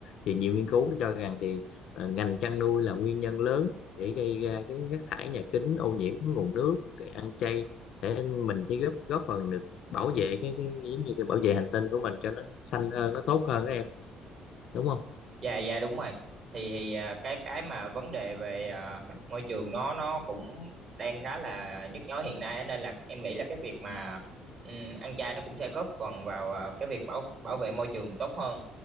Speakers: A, on the left; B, on the right.
A: thì nhiều nghiên cứu cho rằng thì ờ, ngành chăn nuôi là nguyên nhân lớn để gây ra cái rác thải nhà kính ô nhiễm nguồn nước cái ăn chay sẽ mình sẽ góp góp phần được bảo vệ cái cái giống như cái bảo vệ hành tinh của mình cho nó xanh hơn nó tốt hơn đó em đúng không
B: dạ dạ đúng rồi thì thì à, cái cái mà vấn đề về à, môi trường nó nó cũng đang khá là nhức nhối hiện nay á, nên là em nghĩ là cái việc mà ừm, ăn chay nó cũng sẽ góp phần vào à, cái việc bảo bảo vệ môi trường tốt hơn